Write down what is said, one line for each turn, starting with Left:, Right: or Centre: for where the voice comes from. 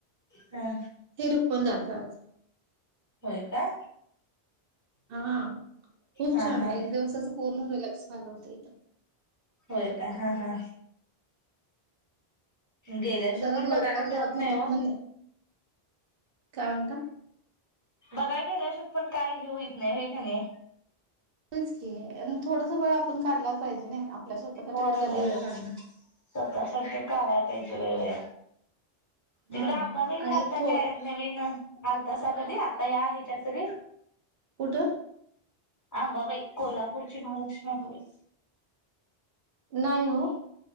Left: हा
Right: हे रोख पण जातात
Left: होय का
Right: हा खूप
Left: हा
Right: छान
Left: हा
Right: आहे एक दिवस अस पूर्ण रिलॅक्स झाल होत इथ
Left: होय काय हा हा गेल्याश्वर
Right: जरा
Left: पण
Right: लवकर
Left: बघायला मिळत
Right: जर आपण
Left: नाही हो
Right: तिथन काय म्हणता
Left: बघाय गेल्या शत पण काय हे होईत नाही हे का नाही
Right: च थोडस बरं आपण काढलाच पाहिजे नाही आपल्या स्वतःसाठी
Left: होय
Right: तर
Left: होय
Right: कधी वेळ
Left: स्वतःसाठी
Right: काढणार.
Left: ते काड आहे पहिजे वळे तिकड
Right: हा
Left: आंबा पहिला
Right: आणि
Left: आता
Right: तो
Left: काय नवीन आल तासा कधी आता या ह्याच्यातरी
Right: कठं
Left: आंबाबाई कोल्हापूरची महालक्ष्मीबाई
Right: नाही हो